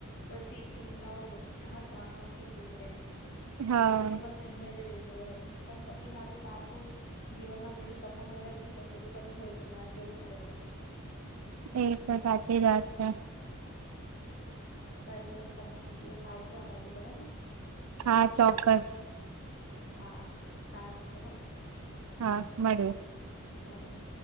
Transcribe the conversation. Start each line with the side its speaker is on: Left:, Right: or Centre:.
Left: બધી ચિંતાઓ બધા તણાવ થી દૂર એમ.
Right: હા
Left: કે બસ અહીયાં જ રહી જવાય એમ, પણ પછી સારું પાછું જીવનમાં બીજી તકો મેળવવી હોય બધું કરવું હોય એટલે બહાર જવું પડે પાછું.
Right: એ તો સાચી વાત છે.
Left: કઈ નહી તમે કોક દિવસ આવજો આ બાજુ બરાબર.
Right: હા ચોક્કસ.
Left: હા સારું ચલો.
Right: હા મળ્યું
Left: બાય બાય.